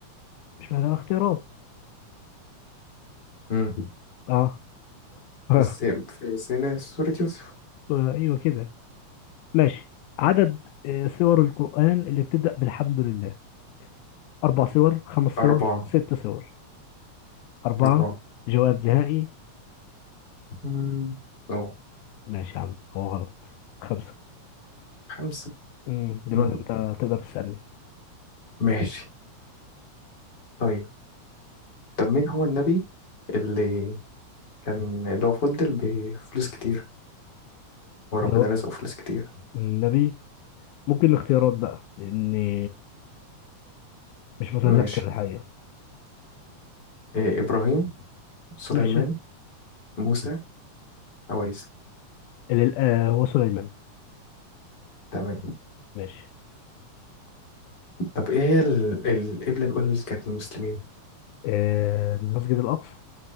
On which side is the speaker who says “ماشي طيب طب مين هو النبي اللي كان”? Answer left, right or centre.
Left